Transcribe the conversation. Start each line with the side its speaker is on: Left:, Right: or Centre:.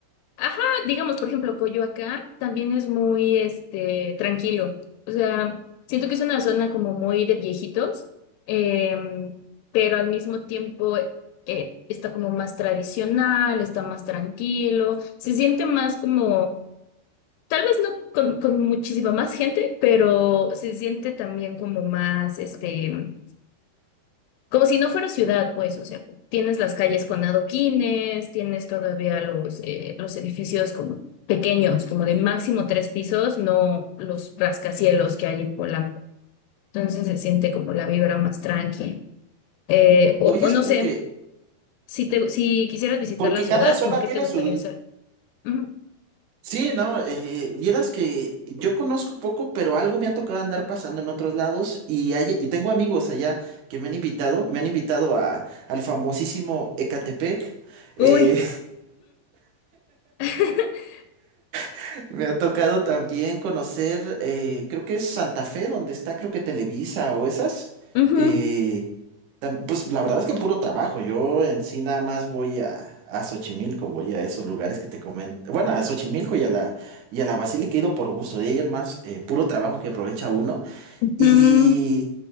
Left: Ajá, digamos, por ejemplo, Coyoacán también es muy, este, tranquilo. O sea, siento que es una zona como muy de viejitos, em, pero al mismo tiempo eh, eh, está como más tradicional, está más tranquilo, se siente más como, tal vez no con, con muchísima más gente, pero se siente también como más, este, como si no fuera ciudad, pues, o sea, tienes las calles con adoquines, tienes todavía los, eh, los edificios como pequeños, como de máximo tres pisos, no los rascacielos que hay en Polanco. Entonces se siente como la vibra más tranqui. Eh, o,
Right: Oye,
Left: o
Right: es
Left: no
Right: porque
Left: sé, si te, si quisieras visitar
Right: Porque
Left: la ciudad,
Right: cada zona
Left: como qué
Right: tiene
Left: te gustaría
Right: su...
Left: hacer? Ujú.
Right: Sí, no, eh, vieras que yo conozco poco, pero algo me ha tocado andar pasando en otros lados y, hay- y tengo amigos allá que me han invitado, me han invitado a, al famosísimo Ecatepec. eh,
Left: Uy. <laughs>
Right: <laughs> me ha tocado también conocer, eh, creo que es Santa Fe, donde está, creo que Televisa o esas.
Left: Ujú,
Right: eh, Tam- Pues la verdad es que puro trabajo. Yo en sí nada más voy a, a Xochimilco, voy a esos lugares que te comento. Bueno, a Xochimilco y a la, y a la Basílica he ido por gusto. De ahí en más, eh, puro trabajo que aprovecha uno.
Left: ujú.
Right: Y,